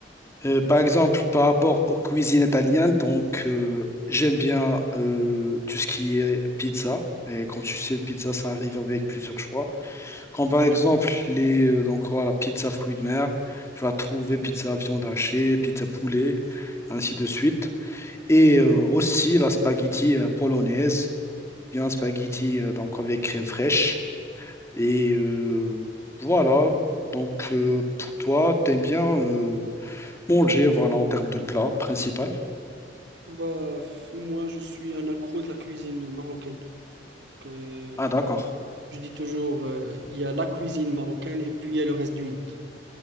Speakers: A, on the left; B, on the right.
A: Euh, par exemple, par rapport aux cuisines italiennes, donc, euh, j'aime bien euh, tout ce qui est pizza. Et comme tu sais, le pizza, ça arrive avec plusieurs choix. Comme par
B: Ouais.
A: exemple, les, euh, donc, voilà, pizza fruits de mer, tu vas trouver pizza viande hachée, pizza poulet, ainsi de suite. Et euh, aussi la spaghetti euh, polonaise, bien spaghetti euh, donc avec crème fraîche. Et euh, voilà, donc euh, pour toi, t'aimes bien euh, manger, voilà, en termes de plat principal.
B: Bah, f- moi je suis un accro de la cuisine marocaine. Donc, euh,
A: Ah d'accord,
B: je dis toujours, euh, il y a la cuisine marocaine et puis il y a le reste du monde.